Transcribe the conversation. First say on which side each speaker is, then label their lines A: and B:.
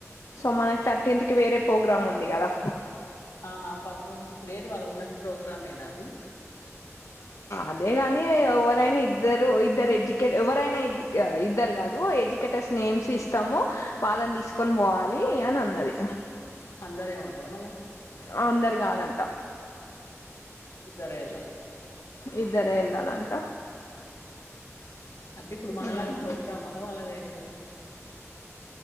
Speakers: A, on the left (about 70°); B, on the left (about 80°).
A: సో మనక్ థర్టీన్త్ కి వేరే పోగ్రామ్ ఉంది గదా
B: ఆ పద్మూడుకి ఇప్పుడు ఏది వాళ్ళు ఉన్న ప్రోగ్రామేనా అది
A: అదే గానీ ఎవరైనా ఇద్దరు ఇద్దరు ఎడ్యుకేట్ ఎవరైనా ఇద్ గా ఇద్దరు రిగాదు ఎడ్యుకేటర్స్
B: హ్మ్.
A: నేమ్స్ ఇస్తాము వాళ్ళన్ తీసుకొని
B: హ్మ్.
A: బోవాలి అని అన్నది
B: అందరు ఏమొద్దా మళ
A: ఆ అందరు గాదంట
B: ఇద్దరే ఎలా
A: ఇద్దరే ఎల్లాలంట
B: అంటే ఇప్పుడు మనలాగా
A: ఉమ్
B: ప్రోగ్రామా రా వాలది టు